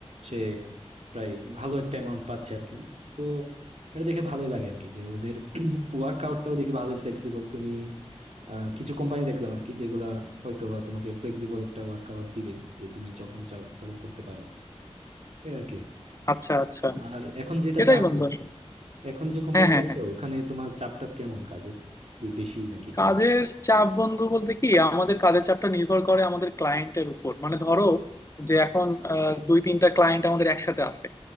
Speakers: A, on the right; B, on the left.
A: সে প্রায় ভালো একটা অ্যামাউন্ট পাচ্ছে আর কি তো এটা দেখে ভালোই লাগে আর কি যে ওদের <clears throat> ওয়ার্ক আউটটাও দেখি ভালোই ফ্লেক্সিবল তুমি আহ, কিছু কোম্পানি দেখলাম আর কি যেগুলা হয়তো বা তোমাকে ফ্লেক্সিবল একটা ওয়ার্ক আওয়ার দিবে যে তুমি যখন চাও তখন করতে পারো এই আর কি
B: আচ্ছা আচ্ছা
A: আর এখন যেটাতে
B: এটাই
A: আছো
B: বন্ধু আসলে
A: এখন যে কোম্পানিতে
B: হ্যাঁ হ্যাঁ
A: আছো
B: হ্যাঁ
A: ওখানে তোমার চাপ টাপ কেমন কাজের কি বেশি নাকি কম
B: কাজের চাপ বন্ধু বলতে কি আমাদের কাজের চাপটা নির্ভর করে আমাদের ক্লায়েন্টের উপর মানে ধরো যে এখন আহ, দুই তিনটা ক্লায়েন্ট আমাদের একসাথে আছে